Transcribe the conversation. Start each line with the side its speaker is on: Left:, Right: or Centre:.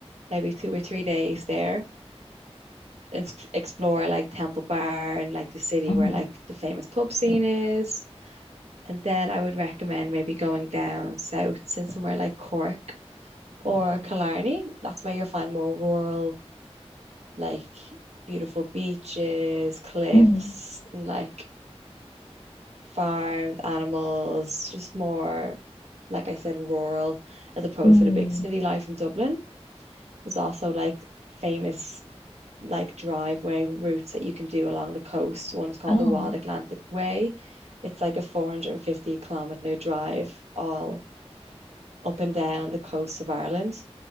Right: maybe two or three days there and s- explore like Temple Bar and like the city
Left: mm,
Right: where like the famous pub scene is And then I would recommend maybe going down south to somewhere like Cork or Killarney. That's where you'll find more rural, like beautiful beaches, cliffs,
Left: mm.
Right: and like farms, animals, just more, like I said, rural as opposed
Left: Mm.
Right: to the big city life in Dublin. There's also like famous like driveway routes that you can do along the coast. One's called
Left: Oh,
Right: the Wild Atlantic Way. It's like a 450 kilometer drive all up and down the coast of Ireland,